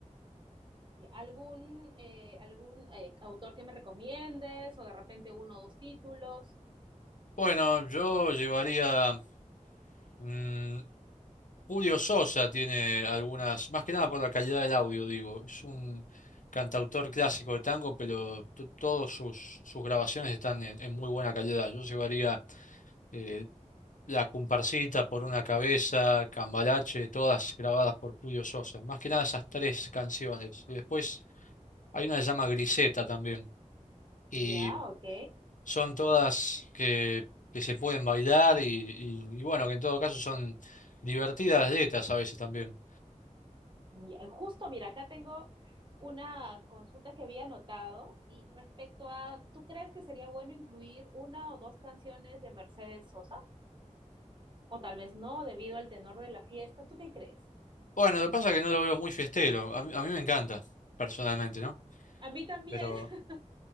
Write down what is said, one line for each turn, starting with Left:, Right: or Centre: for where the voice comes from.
Right: ¿Algún, eh, algún eh, autor que me recomiendes o de repente uno o dos títulos?
Left: Bueno, yo llevaría mm, Julio Sosa tiene algunas, más que nada por la calidad del audio, digo. Es un cantautor clásico de tango, pero to- todas sus, sus grabaciones están en, en muy buena calidad. Yo llevaría eh, La Comparsita por una cabeza, Cambalache, todas grabadas por Julio Sosa. Más que nada esas tres canciones. Y después hay una que se llama Griseta también. Y
Right: Ya, ok.
Left: son todas que, que se pueden bailar y, y- y bueno, que en todo caso son... Divertidas dietas a veces también.
Right: Ya, Justo, mira, acá tengo una consulta que había anotado y respecto a, ¿tú crees que sería bueno incluir una o dos canciones de Mercedes Sosa? O tal vez no, debido al tenor de la fiesta. ¿Tú qué crees?
Left: Bueno, lo que pasa es que no lo veo muy fiestero. A mí, a mí me encanta, personalmente, ¿no?
Right: A mí también.
Left: Pero
Right: <laughs>